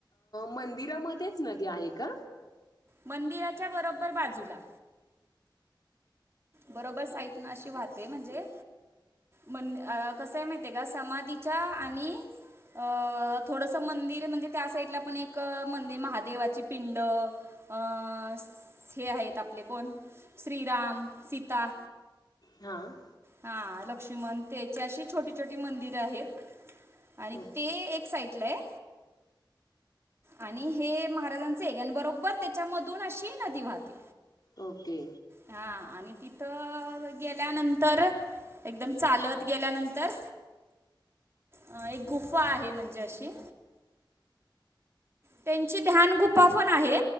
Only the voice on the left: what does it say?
मंदिरामध्येच नदी आहे का?
हां..
ओके
ओके.